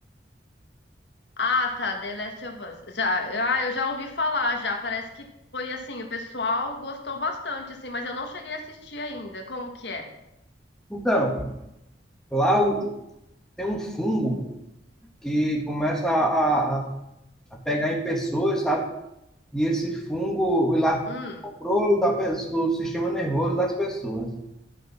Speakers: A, on the left; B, in the centre.
A: Ah, tá, The Last of Us. Já, ah, eu já ouvi falar já. Parece que foi assim, o pessoal gostou bastante assim, mas eu não cheguei a assistir ainda. Como que é?
B: Então, lá o- tem um fungo que começa a, a- a pegar em pessoas, sabe? E esse fungo ele afeta
A: Hum.
B: da do sistema nervoso das pessoas.